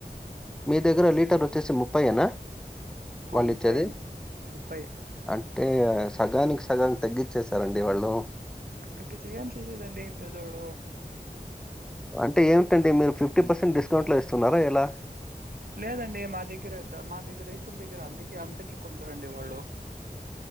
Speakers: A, in the centre; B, on the right.
A: మీ దగ్గర లీటర్ వచ్చేసి ముప్పైయేనా వాళ్ళు
B: ఆ ముప్పై
A: ఇచ్చేది
B: అండి ముప్పై
A: అంటే సగానికి. సగం తగ్గించ్చేసారండి వాళ్ళు.
B: పద్దతిగా ఏం చేసేదండి పేదోళ్లు.
A: అంటే ఏమిటండి మీరు ఫిఫ్టీ పర్సెంట్ డిస్కౌంట్లో ఇస్తున్నారా ఎలా
B: లేదండి మా దగ్గర మా దగ్గర రైతుల దగ్గర అందుకే అంతకే కొంటారండి వాళ్ళు.